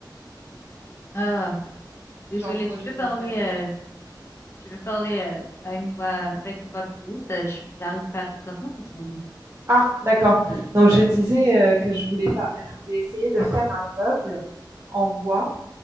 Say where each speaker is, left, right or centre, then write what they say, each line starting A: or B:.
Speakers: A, on the left; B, on the right.
A: Ah, désolée,
B: J'ai un projet
A: tu peux
B: de
A: parler,
B: le faire.
A: euh, tu veux parler euh, à une voix, avec une voix plus haute. Euh, j- J'arrive pas à tout entendre en ce moment.
B: Ah, d'accord. Donc je disais euh, que je voulais pas, je voulais essayer de faire un meuble en bois